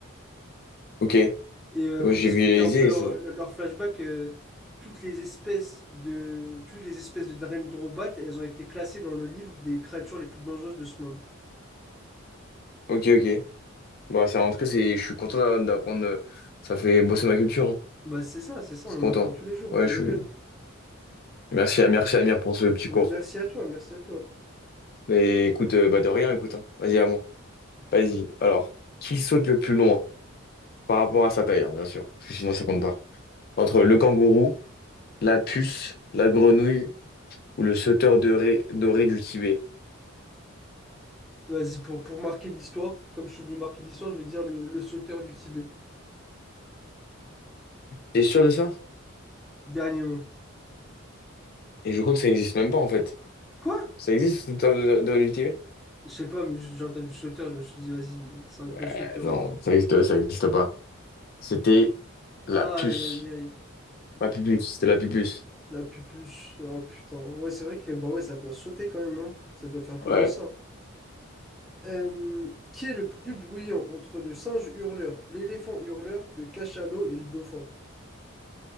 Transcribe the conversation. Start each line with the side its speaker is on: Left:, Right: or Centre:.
Left: Ok. Ouais,
Centre: Et euh, pour
Left: j'ai
Centre: t'expliquer
Left: visualisé
Centre: un peu leur,
Left: ça.
Centre: leur flashback, euh, toutes les espèces de toutes les espèces de Dendrobat, elles ont été classées dans le livre des créatures les plus dangereuses de ce monde.
Left: Ok, ok. Bah, ça, en tout cas, c'est, je suis content d'a- d'apprendre. euh, Ça fait bosser ma culture. hein.
Centre: Bah c'est ça, c'est ça,
Left: Je
Centre: on
Left: suis
Centre: en
Left: content.
Centre: apprend tous les jours.
Left: Ouais,
Centre: Elle
Left: je
Centre: est belle.
Left: suis. Merci à merci Amir pour ce petit
Centre: Bah,
Left: cours.
Centre: merci à toi, merci à toi.
Left: Mais écoute, euh, bah de rien, écoute. hein. Vas-y, à moi. Vas-y. Alors, qui saute le plus loin par rapport à sa taille, hein, bien sûr, parce que sinon ça compte pas. Entre le kangourou, la puce, la grenouille ou le sauteur doré, doré du Tibet.
Centre: Vas-y, pour, pour marquer l'histoire, comme je suis venu marquer l'histoire, je vais dire le, le sauteur du Tibet.
Left: T'es sûr de ça?
Centre: Dernier mot.
Left: Et je crois que ça n'existe même pas en fait.
Centre: Quoi?
Left: Ça existe, le sauteur doré doré du Tibet?
Centre: Je sais pas, mais j'ai entendu sauteur, je me suis dit, vas-y, c'est un gros
Left: Euh,
Centre: sauteur.
Left: non,
Centre: lui.
Left: ça existe, ça existe pas. C'était
Centre: Aïe,
Left: la puce.
Centre: aïe, aïe.
Left: La pupuce, c'était la pupuce.
Centre: La pupuche. Oh putain. Ouais, c'est vrai que bah ouais, ça doit sauter quand même, hein. Ça doit faire plus
Left: Ouais.
Centre: le sang. Euh, qui est le plus bruyant entre le singe hurleur, l'éléphant hurleur, le cachalot et le dauphin?